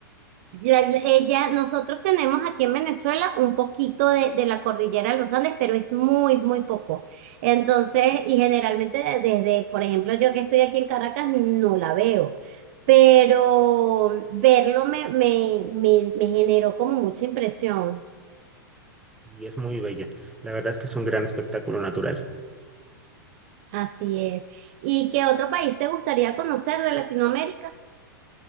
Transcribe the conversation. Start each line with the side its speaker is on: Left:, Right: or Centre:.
Right: la- la- ella, nosotros tenemos aquí en Venezuela un poquito de, de la cordillera de los Andes, pero es muy, muy poco. Entonces, y generalmente de- desde, por ejemplo, yo que estoy aquí en Caracas, no la veo, pero verlo me, me, me, me generó como mucha impresión.
Centre: Y es muy bello. La verdad es que es un gran espectáculo natural.
Right: Así es. ¿Y qué otro país te gustaría conocer de Latinoamérica?